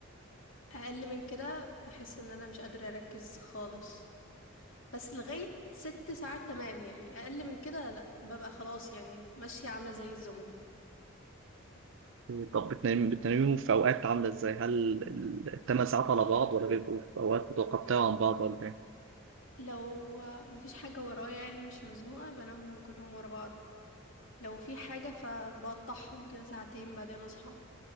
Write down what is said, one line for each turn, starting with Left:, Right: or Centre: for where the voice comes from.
Left: اقل من كده بحس ان انا مش قادرة اركز خالص بس لغاية ست ساعات تمام يعني اقل من كده لا ببقى خلاص يعني ماشية عاملة زي الزومبي
Right: أوكي، طب بتنامي بتناميهم في اوقات عامله ازاي هل الثمان ساعات على بعض ولا بيبقوا في اوقات متقطعه عن بعض ولا إيه؟
Left: لو مفيش حاجة ورايا يعني مش مزنوقة بنامهم كلهم ورا بعض لو في حاجة فبقطعهم كده ساعتين بعدين اصحى